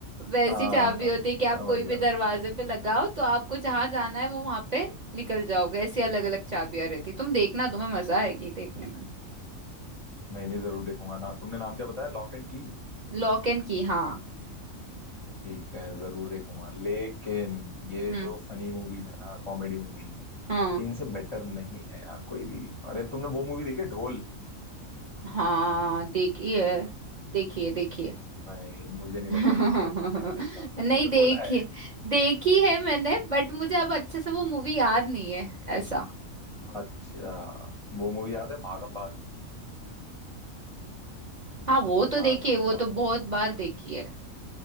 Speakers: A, on the right; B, on the left.
A: वैसी
B: हाँ
A: चाबी
B: हाँ
A: होती है कि आप
B: समझ
A: कोई
B: गया
A: भी दरवाजे पे लगाओ तो आपको जहां जाना है वो वहां पे निकल जाओगे ऐसी अलग अलग चाबियां रहती है तुम देखना तुम्हें मजा आएगी देखने में
B: नहीं नहीं जरूर देखूंगा ना तुमने नाम क्या बताया Locke and Key
A: लॉक एंड की हाँ
B: ठीक है जरूर देखूंगा लेकिन ये
A: हम्म
B: जो फनी मूवीज है ना कॉमेडी मूवीज
A: हाँ
B: इनसे बेटर नहीं है यार कोई भी अरे तुमने वो मूवी देखी है ढोल
A: हाँ देखिए देखिए देखिए
B: नहीं मुझे
A: <laughs>
B: नहीं
A: नहीं
B: लग रहा देखी है तुमने जिस हिसाब से तुमने
A: देखी
B: बोला है
A: देखी है मैंने बट मुझे अब अच्छे से वो मूवी याद नहीं है ऐसा
B: अच्छा वो मूवी याद है भागम भाग
A: हाँ वो तो
B: भागम
A: देखी है वो
B: भाग
A: तो बहुत बार देखी है